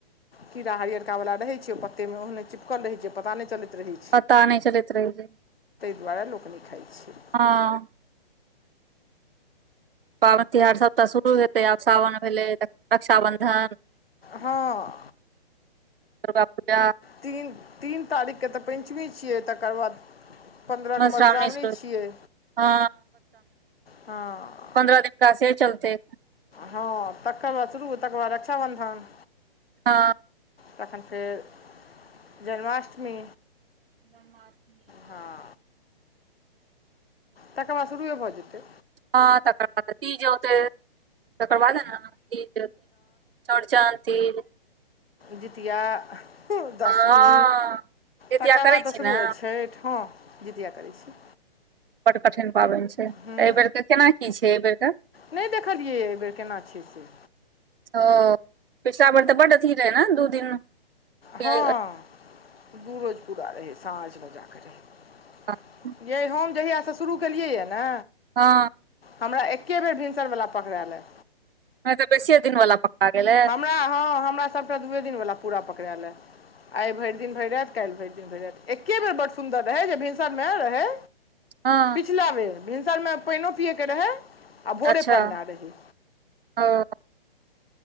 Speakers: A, on the left; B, on the right.
A: कीड़ा हरियरका वाला रहै छैय ओ पत्ते मे ओहने चिपकल रहै छैय पता नहि चलैत रहै छैय।
B: पता नहि चलैत रहै छैय
A: दुआरे लोक नहि खाइ छै
B: हँ। पाबनि तिहार सबटाऽ शुरू हेतै आब सावन भेलै रक्षाबन्धन
A: हँ
B: दुर्गा पूजा
A: तीन तीन तारीखके तऽ पञ्चमी छियै तकर बाद पन्द्रह
B: मधुश्रावणी
A: के मधूश्रामनी
B: शुरू
A: छियै
B: हँ
A: हँ।
B: पन्द्रहके <unintelligible> चलतै।
A: हँ तकर बाद शुरू तकर बाद रक्षाबन्धन।
B: हँ
A: तखन फेर जन्माष्टमी हँ। तकर बाद शुरूए भऽ जेतै।
B: हँ तकर बाद तीज होतै। तकर बादे न तीज चौरचन तीज।
A: जितिया <unintelligible> दस
B: हँ
A: मी
B: जितिया
A: तकर
B: करै
A: बाद तऽ
B: छी
A: शुरू
B: ने
A: हो छैठ हँ जितिया करै छी
B: बड्ड कठिन पाबनि छैय
A: हँ
B: अइबेरके केना की छैय अइबेरक?
A: नहि देखलियै अहि बेर केना की छैय से।
B: ओ पिछला बेर तऽ बड अथी रहै ने दू दिन के
A: हँ दू रोज पूरा रहै साँझमे जाके रहै।
B: अथी
A: यैय हम जहियासँ शुरू केलियैए ने
B: हँ
A: हमरा एके बेर भिनसरवला पकड़ायल या।
B: नहि त बेसीेये दिन वाला पकरा गेलैया?
A: हमरा हँ हमरा सबटा दूए दिन वाला पूरा पकड़ायैल या। आइ भरि दिन भरि राति काल्हि भरि दिन भरि राति एके बेर ब्ड सुन्दर रहै जे भिनसरमे रहै
B: हँ
A: पिछिला बेर भिनसर मे पानि पियए के रहै आ भोरे
B: अच्छा
A: पड़ना रहै
B: हँ